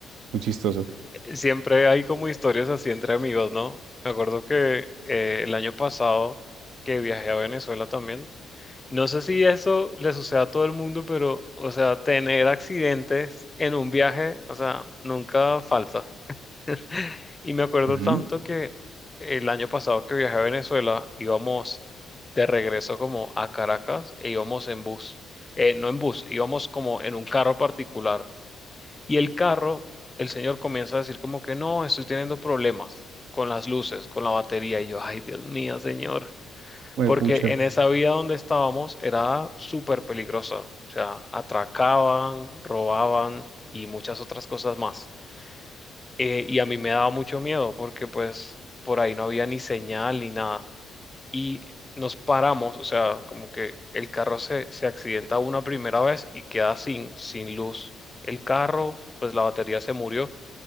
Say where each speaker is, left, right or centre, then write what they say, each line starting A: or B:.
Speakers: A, on the right (about 80°); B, on the left (about 20°).
A: Muy chistoso.
B: Siempre hay como historias así entre amigos, ¿no? Me acuerdo que eh, el año pasado que viajé a Venezuela también. No sé si eso le sucede a todo el mundo, pero, o sea, tener accidentes en un viaje, o sea, nunca falta. <laughs> Y me acuerdo
A: Ujú.
B: tanto que el año pasado que viajé a Venezuela, íbamos de regreso como a Caracas e íbamos en bus. Eh, no en bus, íbamos como en un carro particular. Y el carro, el señor comienza a decir como que no, estoy teniendo problemas con las luces, con la batería. Y yo, ay, Dios mío, señor.
A: Hue
B: Porque
A: pucha.
B: en esa vía donde estábamos era súper peligrosa. O sea, atracaban, robaban y muchas otras cosas más. Eh, y a mí me daba mucho miedo porque pues por ahí no había ni señal ni nada. Y nos paramos, o sea, como que el carro se, se accidenta una primera vez y queda sin, sin luz. El carro, pues la batería se murió.